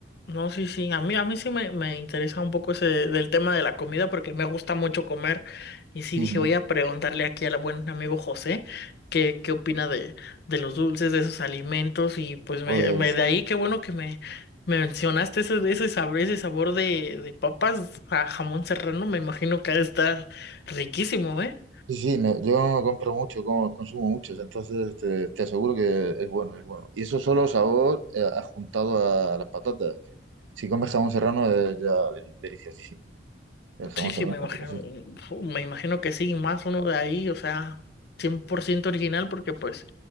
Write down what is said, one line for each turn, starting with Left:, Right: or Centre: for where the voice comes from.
Left: No, sí, sí. A mí, a mí sí me, me interesa un poco ese del tema de la comida porque me gusta mucho comer. Y sí
Right: Ujú.
Left: dije, voy a preguntarle aquí al buen amigo José qué, qué opina de, de los dulces, de esos alimentos. Y pues
Right: Pues
Left: me, me- de ahí qué bueno que me, me mencionaste ese, ese sabor, ese sabor de, de papas a jamón serrano. Me imagino que ha de estar riquísimo, ¿eh?
Right: Sí, sí, no, yo compro mucho, como- consumo muchos, entonces te, te aseguro que es bueno, es bueno. Y eso solo sabor eh, adjuntado a las patatas. Si comes jamón serrano es ya deli- deliciosísimo. El jamón
Left: Sí, sí,
Right: serrano.
Left: me imagino,
Right: sí.
Left: me imagino que sí, más uno de ahí, o sea, 100% original, porque pues